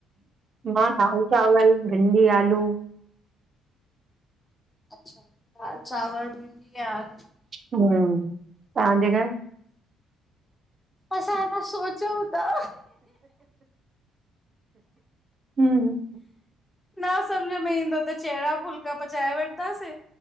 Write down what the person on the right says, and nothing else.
मां दाल चावल भिंडी आलू
हा, तव्हांजे घर?
हम